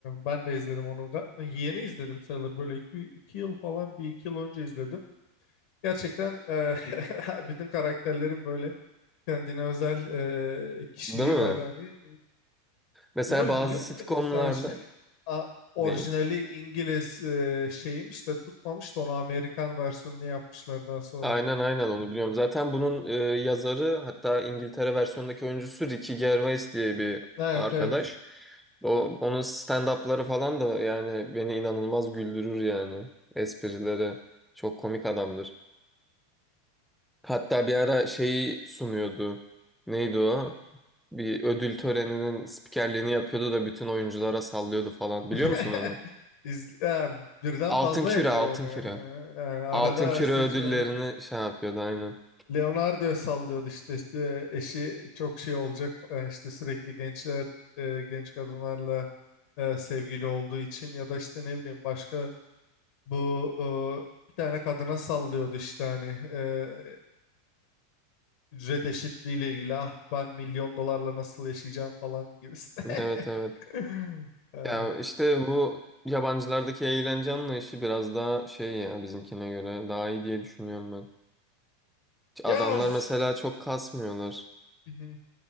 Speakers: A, on the left (about 60°); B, in the centre.
A: ben de izledim onu. Ga- Yeni izledim sayılır böyle iki, iki yıl falan bir iki yıl önce izledim. Gerçekten e, <laughs> bütün karakterlerin böyle kendine özel e, kişiliği
B: Değil mi?
A: var hani
B: Mesela
A: Bunu
B: bazı
A: biliyor
B: sitcomlarda
A: muydun sen şey? A- orijinali
B: Neyi?
A: İngiliz e, şeymiş de tutmamış da onu Amerikan versiyonunu yapmışlar daha sonra.
B: Aynen aynen onu biliyorum. Zaten bunun e, yazarı hatta İngiltere versiyonundaki oyuncusu Ricky Gervais diye bir
A: Evet
B: arkadaş.
A: evet.
B: O, onun stand-up'ları falan da yani beni inanılmaz güldürür yani. Esprileri çok komik adamdır. Hatta bir ara şeyi sunuyordu. Neydi o? Bir ödül töreninin spikerliğini yapıyordu da bütün oyunculara sallıyordu falan.
A: <laughs>
B: Biliyor musun onu?
A: İz, ya, birden
B: Altın
A: fazla
B: Küre,
A: yapıyor
B: Altın
A: onu ya.
B: Küre.
A: Yani arada
B: Altın Küre
A: seçiyor.
B: ödüllerini şey yapıyordu aynen.
A: Leonardo sallıyordu işte, işte eşi çok şey olacak e, işte sürekli gençler e, genç kadınlarla e, sevgili olduğu için ya da işte ne bileyim başka bu e, bir tane kadına sallıyordu işte hani e, Ücret eşitliği ile ilgili ah ben milyon dolarla nasıl yaşayacağım falan gibisine.
B: Evet evet.
A: <laughs> Ee,
B: Ya işte bu yabancılardaki eğlence anlayışı biraz daha şey ya bizimkine göre daha iyi diye düşünüyorum ben.
A: ya
B: Adamlar
A: ş-
B: mesela çok kasmıyorlar.
A: Mhm.